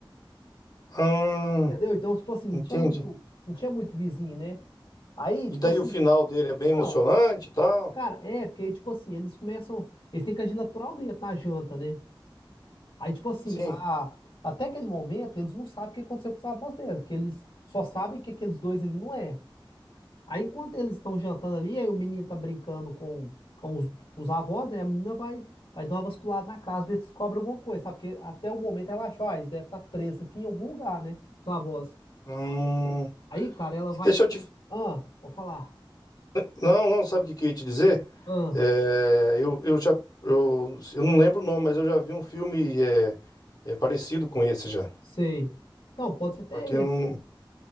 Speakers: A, on the left; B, on the left.
A: Ah,
B: entendeu? Então, tipo assim, não
A: entendi.
B: tinha muito, não tinha muito vizinho, né? Aí,
A: E
B: tipo
A: daí
B: assim,
A: o final dele é bem
B: não.
A: emocionante e tal?
B: Cara, é, porque aí, tipo assim, eles começam. Eles têm que agir naturalmente na janta, né? Aí, tipo assim,
A: Sim.
B: a- até aquele momento, eles não sabem o que aconteceu com os avós dela, porque eles só sabem que aqueles dois ele não é. Aí, enquanto eles estão jantando ali, aí o menino tá brincando com, com os, os avós, né? A menina vai, vai dar uma vasculada na casa, ver se descobre alguma coisa, sabe? Porque até o momento ela achou, ah, eles devem estar presos aqui em algum lugar, né? Os avós.
A: Hum,
B: Aí, cara, ela
A: e
B: vai,
A: deixa
B: tipo,
A: eu te.
B: ah, pode falar.
A: Não, não, sabe o que que eu ia te dizer?
B: Ah,
A: É, eu, eu já. Eu, eu não lembro o nome, mas eu já vi um filme é, é parecido com esse já.
B: sei. Então, pode ser até
A: Só que
B: esse.
A: eu não.